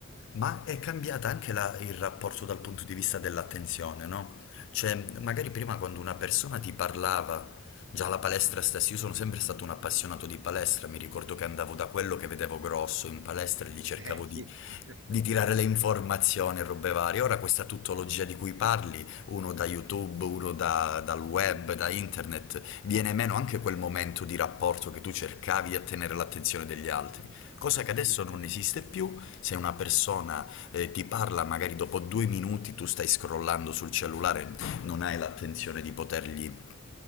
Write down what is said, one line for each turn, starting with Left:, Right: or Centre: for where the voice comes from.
Left: Ma è cambiata anche la- il rapporto dal punto di vista dell'attenzione, no? Cioè, magari prima quando una persona ti parlava, già la palestra stessa, io sono sempre stato un appassionato di palestra, mi ricordo che andavo da quello che vedevo grosso in palestra e gli cercavo
Right: eh, sì,
Left: di,
Right: <laughs>
Left: di tirare le informazioni e robe varie. Ora questa tuttologia di cui parli, uno da YouTube, uno da- dal web,
Right: Mm.
Left: da internet, viene meno anche quel momento di rapporto che tu cercavi di attenere l'attenzione degli altri, cosa
Right: assolutamente.
Left: che adesso non esiste più, se una persona eh, ti parla magari dopo due minuti tu stai scrollando sul cellulare, non hai l'attenzione di potergli